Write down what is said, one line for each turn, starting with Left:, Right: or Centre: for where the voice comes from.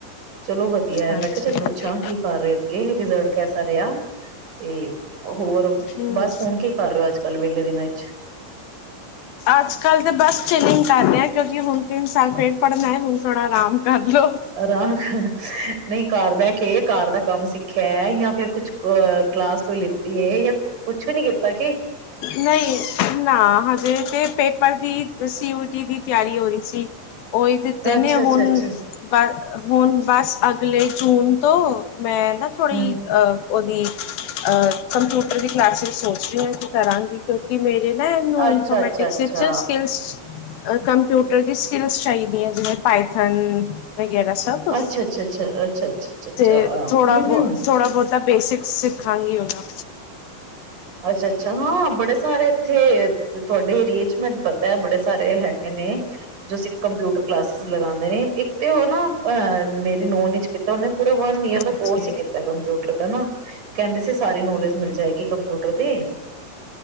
Right: ਚਲੋ ਵਧੀਆ
Left: ਹਾਂਜੀ
Right: ਮੈਂ ਕਿਹਾ ਚੱਲ ਪੁੱਛਾਂ
Left: ਹਾਂਜੀ
Right: ਕੀ ਕਰ ਰਹੇ ਅੱਗੇ ਰਿਜ਼ਲਟ ਕੈਸਾ ਰਿਹਾ ਤੇ ਹੋਰ
Left: ਹਮ
Right: ਬਸ ਹੁਣ ਕੀ ਕਰ ਰਹੇ ਹੋ ਅੱਜ ਕੱਲ ਵਿਹਲੇ ਦਿਨਾਂ ਵਿੱਚ
Left: ਅੱਜ ਕੱਲ ਤਾਂ ਬਸ ਚਿਲਿੰਗ ਕਰ ਰਹੇ ਹ ਕਿਉਂਕਿ ਹੁਣ ਤੀਨ ਸਾਲ ਫੇਰ ਪੜ੍ਹਨਾ ਹੈ ਹੁਣ ਥੋੜ੍ਹਾ ਆਰਾਮ ਕਰ ਲੋ
Right: ਰਾਖ ਨਹੀਂ ਘਰ ਬਹਿ ਕੇ ਘਰ ਦਾ ਕੰਮ ਸਿੱਖਿਆ ਜਾਂ ਫਿਰ ਕੁਛ ਕਲਾਸ ਕੋਈ ਲਿੱਤੀ ਹੈ ਜਾਂ ਕੁਛ ਵੀ ਨੀ ਕੀਤਾ ਕੀ
Left: ਨਹੀਂ ਨਾ ਹਜੇ ਤੇ ਪੇਪਰ ਦੀ ਰਸੀ ਉਟੀ ਦੀ ਤਿਆਰੀ ਹੋ ਰਹੀ ਸੀ ਉਹਓ ਦਿੱਤੇ
Right: ਅੱਛਾ ਅੱਛਾ
Left: ਹੁਣ
Right: ਅੱਛਾ
Left: ਬ ਹੁਣ ਬਸ ਅਗਲੇ ਜੂਨ ਤੋਂ ਮੈਂ ਨਾ ਥੋੜ੍ਹੀ
Right: ਹਮ
Left: ਅਹ ਉਹਦੀ ਕੰਪਿਊਟਰ ਦੀ ਕਲਾਸ ਸੋਚ ਰਹੀ ਹਾਂ ਕਿ ਕਰਾਂਗੀ ਕਿਉਂਕਿ ਮੇਰੀ ਨਾ ਇਹਨੂੰ
Right: ਅੱਛਾ
Left: ਇਨਫੋਮੈਟਿਕਚ
Right: ਅੱਛਾ ਅੱਛਾ
Left: ਸਕ ਕੰਪਿਊਟਰ ਦੀ ਸਕਿੱਲਸ ਚਾਹੀਦੀਆਂ ਜਿਵੇਂ ਪਾਈਥਨ ਵਗੈਰਾ ਸਭ
Right: ਅੱਛਾ ਅੱਛਾ ਅੱਛਾ ਅੱਛਾ ਅੱਛਾ ਅੱਛਾ ਅੱਛਾ
Left: ਤੇ ਥੋੜਾ
Right: ਹਮ
Left: ਬਹੁ
Right: ਹਮ
Left: ਥੋੜਾ ਬਹੁਤਾ ਬੇਸਿਕਸ ਸਿੱਖਾਂਗੀ ਉਹਨਾਂ
Right: ਅੱਛਾ ਅੱਛਾ ਹਾਂ ਬੜੇ ਸਾਰੇ ਇੱਥੇ ਤੁਹਾਡੇ ਏਰੀਏ ਚ ਮੈਨੂੰ ਪਤਾ ਹੈ ਬੜੇ ਸਾਰੇ ਹੈਗੇ ਨੇ ਜੋ ਸਿੱ ਕੰਪਿਊਟਰ ਕਲਾਸਿਸ ਲਗਾਉਂਦੇ ਨੇ ਇੱਕ ਤੇ ਉਹ ਨਾ ਅ ਮੇਰੀ ਨਹ ਚ ਕੀਤਾ ਉਹਨੇ ਪੂਰਾ ਵਨ ਈਅਰ
Left: ਹਾਂਜੀ
Right: ਕੋਰਸ ਹੀ ਕੀਤਾ ਕੰਪਿ ਪਤਾ ਨਾ ਕਹਿੰਦੇ ਸੀ ਸਾਰੀ ਨੌਲੇਜ ਮਿਲ ਜਾਏਗੀ ਕੰਪਿਊਟਰ ਦੀ